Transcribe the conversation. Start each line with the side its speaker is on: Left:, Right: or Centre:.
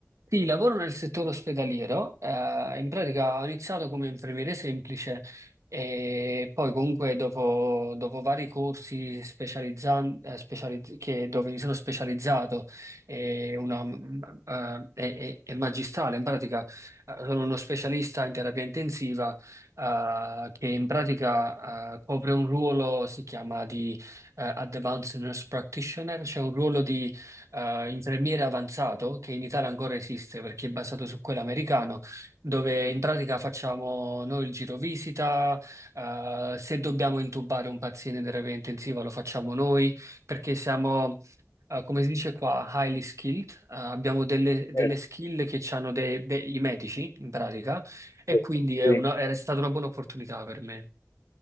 Right: Sì, lavoro nel settore ospedaliero, eh, in pratica ho iniziato come infermiere semplice e poi comunque dopo, dopo vari corsi specializzan- eh, specializz- che- dove mi sono specializzato e, una, mm, eh, e- e- e magistrale, in pratica eh, sono uno specialista in terapia intensiva eh, che in pratica eh, copre un ruolo, si chiama di eh, Advanced Nurse Practitioner, cioè un ruolo di eh, infermiere avanzato che in Italia ancora esiste perché è basato su quello americano, dove in pratica facciamo noi il giro visita, eh, se dobbiamo intubare un paziente in terapia intensiva lo facciamo noi perché siamo, eh, come si dice qua, highly skilled, eh, abbiamo delle, delle
Left: Certo,
Right: skill che hanno dei, dei- i medici in pratica e
Left: certo.
Right: quindi è
Left: Sì.
Right: una- è stata una buona opportunità per me.